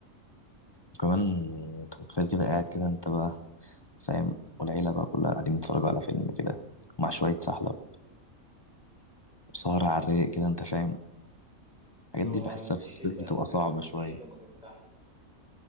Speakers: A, on the left; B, in the centre.
A: وكمان انت متخيل كده قاعد كده انت بقى فاهم والعيلة بقى كلها قاعدين بيتفرجوا على فيلم كده مع شوية سحلب وسهرة على الرايق كده انت فاهم الحاجات
B: هو
A: دي بحسها
B: مفيش
A: في الصيف
B: شتاء
A: بتبقى
B: تقريبا
A: صعبة
B: مفيش
A: شوية
B: شتاء من غير سحله